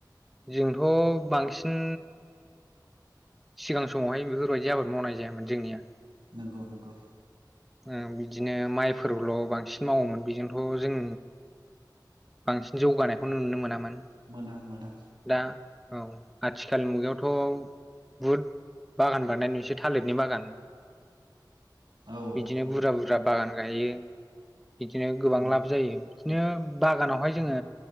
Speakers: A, in the centre; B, on the right.
A: जोंथ' बांसिन सिगां समावहाय बेफोरबायदि आबाद मावनाय जायामोन जोंनिया।
B: नंगौ नंगौ।
A: ओ बिदिनो माइफोरल' बांसिन मावोमोन बेजोंथ' जों बांसिन जौगानायखौनो नुनो मोनामोन।
B: मोना मोना।
A: दा औ आथिखालनि मुगायावथ' बुहुद बागान बानाय नुसै थालिरनि बागान
B: औ
A: बिदिनो
B: औ
A: बुरजा बुरजा बागान गायो <inaudible> बिदिनो गोबां
B: औ
A: लाब जायो दिनो बागानावहाय जोङो
B: औ